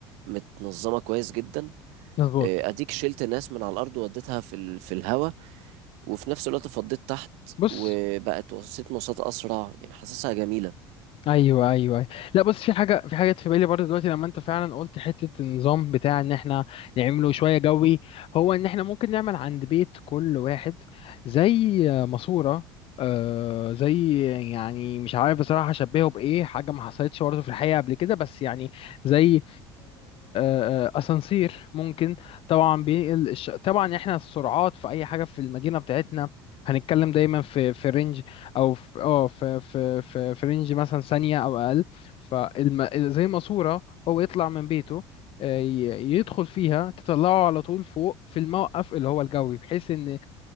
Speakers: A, on the right; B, on the left.
A: متنظمة كويس جدا
B: مظبوط
A: آه، أديك شلت ناس من على الأرض وديتها في ال- في الهوا وفي نفس الوقت فضيت تحت
B: بص
A: وبقت وسيلة مواصلات أسرع يعني حاسسها جميلة
B: ايوه ايوه أيوة. لا بص في حاجه في حاجه في بالي برضه دلوقتي لما انت فعلا قلت حته النظام بتاع ان احنا نعمله شويه جوي هو ان احنا ممكن نعمل عند بيت كل واحد زي ماسوره آه زي يعني مش عارف بصراحه اشبهه بايه حاجه ما حصلتش برضه في الحقيقه قبل كده بس يعني زي آه آه آه آه، اسانسير ممكن طبعا بينقل الش- طبعا احنا السرعات في اي حاجه في المدينه بتاعتنا هنتكلم دايما في في رينج او في اه في في في في رينج مثلا ثانيه او اقل فزي ماسوره هو يطلع من بيته آه، ي- يدخل فيها تطلعه على طول فوق في الموقف اللي هو الجوي بحيث ان